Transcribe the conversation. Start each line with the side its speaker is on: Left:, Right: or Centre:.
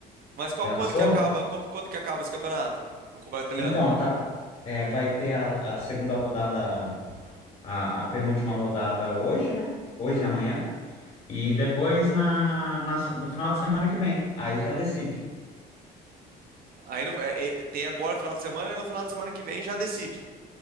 Right: Mas qual,
Left: Pensou?
Right: quando que acaba, qual- quando que acaba esse campeonato? O campeonato italiano?
Left: Então, tá. é, vai ter a, a segunda rodada a, a penúltima rodada hoje, né? Hoje e amanhã. E depois na, na- no final de semana que vem. Aí já decide.
Right: Aí no- é- é- tem agora final de semana e no final de semana que vem já decide.